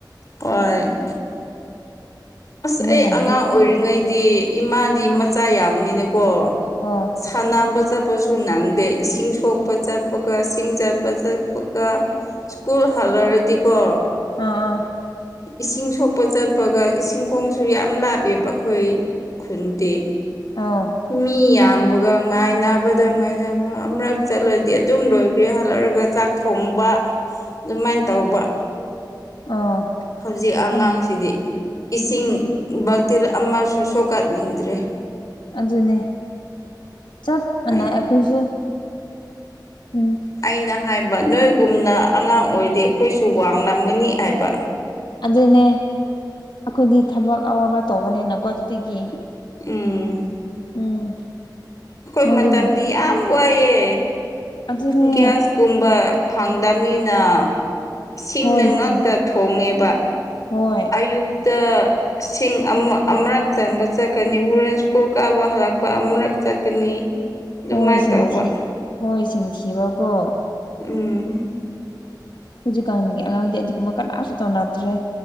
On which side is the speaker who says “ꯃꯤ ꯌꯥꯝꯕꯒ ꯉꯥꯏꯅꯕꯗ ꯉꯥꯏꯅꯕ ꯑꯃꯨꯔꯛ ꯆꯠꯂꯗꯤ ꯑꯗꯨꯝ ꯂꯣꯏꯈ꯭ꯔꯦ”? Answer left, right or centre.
Left